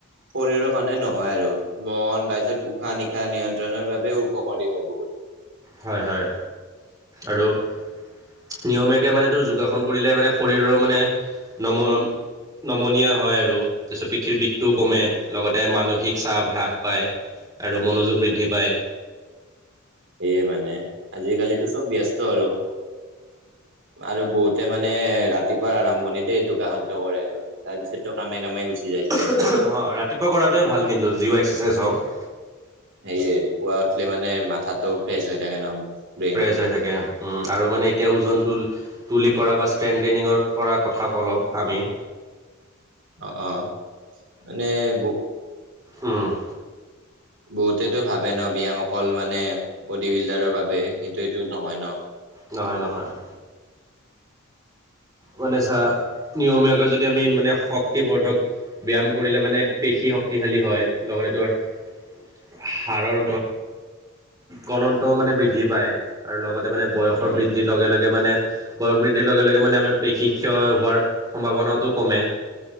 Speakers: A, on the right; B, on the right.
A: শৰীৰৰ কাৰণে নহয় আৰু মন <unintelligible> উশাহ-নিশাহ নিয়ন্ত্ৰণৰ বাবেও উপকাৰী হয় বহুত-
B: হয় হয় আৰু - নিয়মীয়াকে মানে তোৰ যোগাসন কৰিলে মানে শৰীৰৰ মানে নম- নমনীয়া হয় আৰু- পিছত পিঠিৰ বিষটোও
A: উম
B: কমে
A: উম
B: লগতে মানসিক চাপ হ্ৰাস পায়। আৰু মনোযোগ বৃদ্ধি পায়-
A: সে মানে আজিকালিতো চব ব্যস্ত আৰু আৰু বহুতে মানে ৰাতিপুৱা আৰম্ভণিত- যোগাসন কৰে আৰু তাৰপিছতো কামে কামে- গুচি যায় চবে
B: অ ৰাতিপুৱা কৰাটোৱে ভাল কিন্তু যি'ও এক্সাৰচাইজ হওঁক -
A: সেয়ে পুৱা উঠিলে মানে মাথাটো ফ্ৰেছ হৈ থাকে ন। ব্ৰেইনটো
B: ফ্ৰেছ হৈ থাকে আৰু মানে এতিয়া ওজনটো- তুলি কৰা বা ষ্ট্ৰেন ট্ৰেইনিংৰ কৰা কথা ক অলপ আমি-
A: অ অ মানে-
B: উম-
A: বহুতেটো ভাবে ন ব্যায়াম অকল মানে বডি বিল্ডাৰৰ বাবে কিন্তু এইটো নহয় ন-
B: নহয় নহয়- মানে চা নিয়মীয়াকৈ যদি আমি মানে শক্তিবৰ্ধক - ব্যায়াম কৰিলে মানে পেশী শক্তিশালী হয় লগতে তোৰ - হাড়ৰ কণন্তও মানে বৃদ্ধি পায় আৰু লগতে- মানে বয়সৰ
A: উম উম
B: বৃদ্ধিৰ লগে লগে মানে বয়স বৃদ্ধিৰ লগে লগে মানে আমি- শীক্ষয় হোৱাৰ সম্ভাৱনাটো কমে-